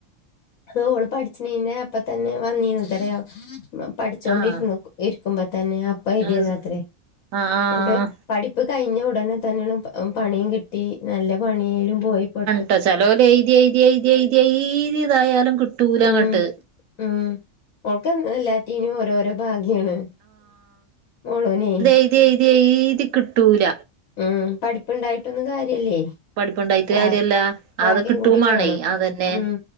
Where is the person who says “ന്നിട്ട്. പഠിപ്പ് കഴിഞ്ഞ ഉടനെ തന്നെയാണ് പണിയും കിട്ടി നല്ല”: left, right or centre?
Left